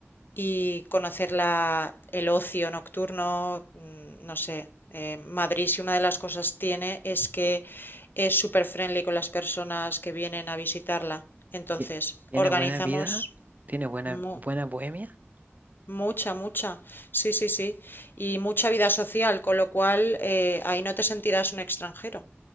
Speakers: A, on the left; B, on the right.
A: y conocer la- el ocio nocturno, mm, no sé. eh, Madrid, si una de las cosas tiene es que es súper friendly con las personas que vienen a visitarla. Entonces,
B: Ti- Tiene
A: organizamos
B: buena vida, tiene buena,
A: mu-
B: buena bohemia.
A: mucha, mucha, sí, sí, sí, y mucha vida social, con lo cual eh, ahí no te sentirás un extranjero.